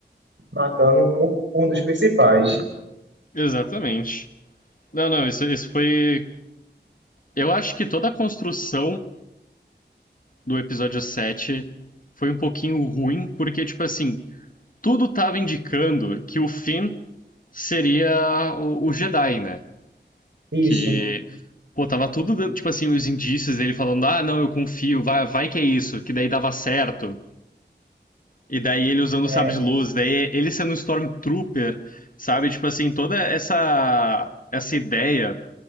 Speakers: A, on the right; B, on the left.
A: matando um, um dos principais.
B: exatamente. Não, não, isso, isso foi. Eu acho que toda a construção do episódio 7 foi um pouquinho ruim, porque, tipo assim, tudo tava indicando que o Finn seria o, o Jedi, né?
A: Isso,
B: Que. Pô, tava tudo, dando, tipo assim, os indícios dele falando, ah, não, eu confio, vai, vai que é isso, que daí dava certo. E daí ele usando
A: é,
B: o sabre de luz, daí ele sendo um Stormtrooper, sabe? Tipo assim, toda essa essa ideia